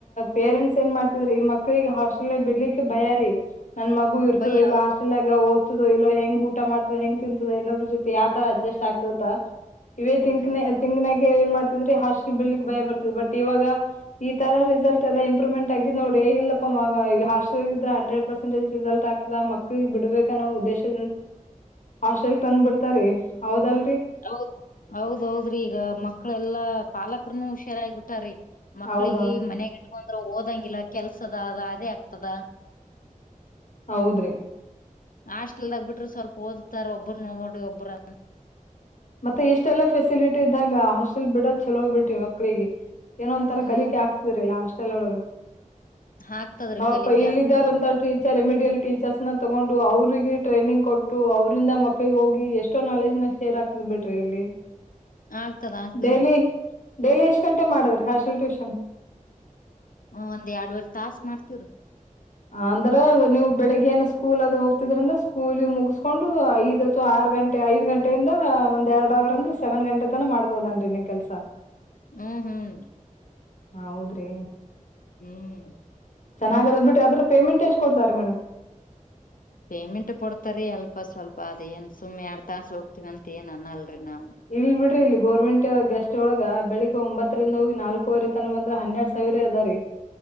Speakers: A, on the left; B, on the left.
A: ಪೇರೆಂಟ್ಸ್ ಏನ್ ಮಾಡ್ತಿದ್ರಿ ಈ ಮಕ್ಳಿಗೆ ಹಾಸ್ಟೆಲ್ ಬಿಡ್ಲಿಕ್ಕೆ ಬಯಾರಿ ನನ್ ಮಗು ಇರ್ತದೆ
B: ಭಯ
A: ಇಲ್ಲ
B: ಹೌದು
A: ಅಷ್ಟ ಇಲ್ಲಾಗ ಓದ್ತೋ ಇಲ್ಲೋ ಹೆಂಗ ಊಟ ಮಾಡ್ತದ ಹೆಂಗ ತಿಂತದ ಇನ್ನೊಬ್ರ ಜೊತೆ ಯಾವ ತರ ಅಡ್ಜಸ್ಟ್ ಆಗ್ತದ ಇವೇ ತಿಂಕಿನ
B: ಹ್ಮ್
A: ತಿಂಗಿನಾಗೆ ಏನ್ ಮಾಡ್ತಿದ್ರಿ ಹಾಸ ಬೆಳಲಿಕ್ ಭಯ ಬರ್ತ್ ಬಟ್ ಇವಾಗ ಈ ತರ ರಿಸಲ್ಟ್ ಎಲ್ಲ ಇಂಪ್ರೂವ್ಮೆಟ್ ತಗ ನೋಡಿ ಇಲ್ಲಪ್ಪ ಮ ಹೆಲ್್ರ ಹಂಡ್ರೆಡ್ ಪರ್ಸೆಂಟೇ್ ರಿಸಲ್ಟ್ ಆಗ್ತದ ಮಕ್ಳಗ್ ಬಿಡ್ಬೇಕ ಅನ್ನೋ ಉದ್ದೇಶ ಹಾಸ್ಟೆಲ್ ತಂದ್ ಬಿಿಡ್ತಾರ ಹೌದಲ್ರಿ
B: ಹೌದ ಹೌದೌದ್ರಿ ಈಗ ಮಕ್ಳೆಲ್ಲಾ ಪಾಲಕರನು ಹುಷಾರಾಗಿಬಿಟ್ಟಾರಿೀ ಮಕ್ಳಿಗೆ
A: ಹೌದ್ ಹೌದ್ರಿ
B: ಮನೆಗಟ್ಕೊಂಡ್ರ ಓದಂಗಿಲ್ಲ ಕೆಲ್ಸದ ಅದ ಅದೇ ಆಗ್ತದ
A: ಹೌದ್ರಿ
B: ಹಾಟೆಲ್ದಾಗ ಬಿಟ್ರರು ಸ್ವಲ್ಪ ಓದುತ್ತಾರ ಒಬ್ಬರು ನ ಒಬ್ರು
A: ಮತ್ತೆ ಇಷ್ಟೆಲ್ಲಾ ಫೆಸಿಲಿಟಿ ಇದ್ದಾಗ ಹಾಸ್ಟೆಲ್ ಬಿಡ ಚಲೋೋಗ್ ಬಿಟಿ ಮಕ್ಳಿಗೆ ಏನೋ ಒಂಂತರ
B: ಹ್ಮ್
A: ಕಲಿಕೆ
B: ರೀ
A: ಆಗ್ತಿದ್ರಲ್ಲ ಅಷ್ಟೆಲ್ ಒಳಗೆ
B: ಆಗ್ತದ್ರಿ
A: ಬಾಪಾ
B: ಕಲಿಕೆ
A: ಇಲ್ಲಿದ್ದಾರಂತ
B: ಆಗ್ತದ್ರಿ
A: ಟೀ ರೆಮಿಡಿಯಲ್ ಟೀಚರ್ಸ್ ನ ತಗೊಂಡು ಅವ್ರರಿಗೆ ಟ್ರೈನಿಂಗ್ ಕೊಟ್ಟು ಅವ್ರಂದ ಮಕ್ಕಳಿಗೆ ಹೋಗಿ ಎಷ್ಟೋ ನಾಲೆಜ್ ನ ಶೇರ್ ಆಗ್ತ ಹ್ ಬಿಟ್ರಿ ಎಲ್ಲಿ
B: ಆಗ್ತದ ಆಗ್ತದ್ರಿ
A: ಡೈಲಿ ಡೇಲಿ ಎಷ್ಟು ಗಂಟೆ ಮಾಡದ್ರ ಹಾಸಲ್ ಟ್ಯೂಷನ್
B: ಹ ಒಂದ್ ಎರಡ್ುವರೆ ತಾಸಸ್ ಮಾಡ್ತಿೀವ್ರೀ
A: ಅಂದ್ರ ನೀವು ಬೆಳಿಗ್ಗೆ ಏನ ಸ್ಕೂಲ್ ಅದ ಹೋಗ್ತಿದ್ರಂದ್ರ ಸ್ಕೂಲಿ ಮುಗಿಸಸ್ಕೊಂಡು ಐದ್ ಅಥವಾ ಆರು ಗಂಟೆ ಐದ್ ಗಂಟೆಯಿಂದಂದ ಒಂದ್ ಎರಡ್ ಅವರ್ ಅಂದ್ರೆ ಸೆವೆನ್ ಗಂಟೆ ತನ ಮಾಡ್ಬೋದನ್ರಿ ನೀವ್ ಕೆಲ್ಸ
B: ಹ್ಮ್ ಹ್ಮ್
A: ಹೌದ್ರಿ
B: ಹ್ಮ್
A: ಚನ್ನಾಗ ಅ್ ಬಿ್ರ ಅದ್ರ ಪೇಮೆಟ್ ಎಷ್ಟ್ಡ್ತಾರೆ ಮೇಡ್
B: ಪೇಮೆಂಟ್ ಕೊಡ್ತಾರ ರೀ ಅಲ್ಪ ಸ್ವಲ್ಪ ಅದೇನು ಸುಮ್ಮನೆ ಎಡು ತಾಸ ಹೋಗ್ತೀವಿ ಅಂತ ಏನು ಅನ್ನಲ್ರಿ ನಾವು
A: ಇಲ್ ಬಿಡ್ರಿ ಇಲ್ಲಿ ಗೋರ್ಮೆಂಟ್ ಗೆಸ್ಟ್ ಒಳಗ ಬೆಳಿಗ್ ಒಂಬತ್ತರಿಂದ ಹೋಗಿ ನಾಲ್ಕೂವರೆ ತನ ಬಂದ್ರ ಹನ್ನೆರಡ್ ಸಾವಿರ ಅದ ರೀ